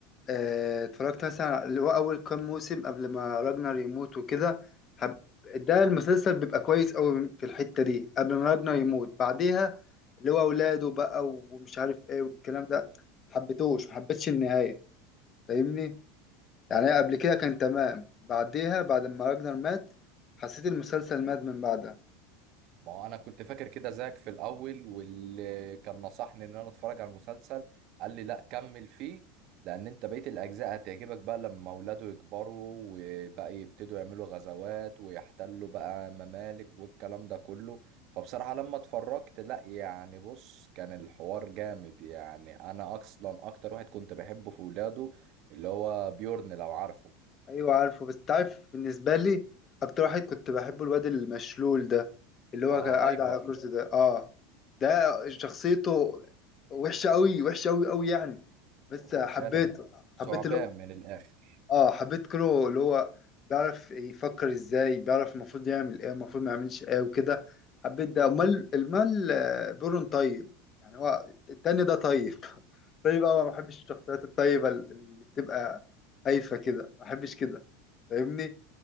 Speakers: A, on the left; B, on the right.
A: أه اتفرجت مثلا على- اللي هو اول كام موسم قبل ما راجنر يموت وكده حب... ده المسلسل بيبقى كويس قوي في الحته دي قبل ما راجنر يموت بعديها اللي هو اولاده بقى ومش عارف ايه والكلام ده حبيتوش ما حبيتش النهايه فاهمني يعني قبل كده كان تمام بعديها بعد ما راجنر مات حسيت المسلسل مات من بعدها
B: ما هو انا كنت فاكر كده زيك في الاول واللي كان نصحني ان انا اتفرج على المسلسل قال لي لا كمل فيه لان انت بقية الاجزاء هتعجبك بقى لما اولاده يكبروا وبقى يبتدوا يعملوا غزوات ويحتلوا بقى ممالك والكلام ده كله فبصراحة لما اتفرجت لا يعني بص كان الحوار جامد يعني انا اصلا اكتر واحد كنت بحبه في ولاده اللي هو بيورن لو عارفه
A: ايوه عارفه بس تعرف بالنسبه لي اكتر واحد كنت بحبه الواد المشلول ده اللي هو
B: آه
A: كان قاعد
B: ايفر
A: على الكرسي ده اه ده شخصيته وحشه قوي وحشه قوي قوي يعني بس
B: هو
A: حبيته
B: فعلا ثعبان
A: حبيت اللي هو
B: من الاخر
A: اه حبيت كونو اللي هو بيعرف يفكر ازاي بيعرف المفروض يعمل ايه المفروض ما يعملش ايه وكده حبيت ده امال المال آه، بيرون طيب يعني هو التاني ده طيب <laughs> طيب اه ما بحبش الشخصيات الطيبة اللي بتبقى هايفة كده ما بحبش كده فاهمني